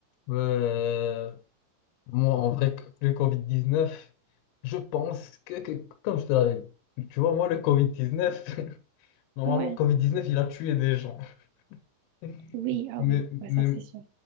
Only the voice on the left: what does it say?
euh, moi, en vrai, que- le Covid-19, je pense que, que- comme je te l'avais dit, tu vois, moi, le Covid-19, <laughs> normalement,
Covid-19, il a tué des gens. <laughs>
Mais,
mais,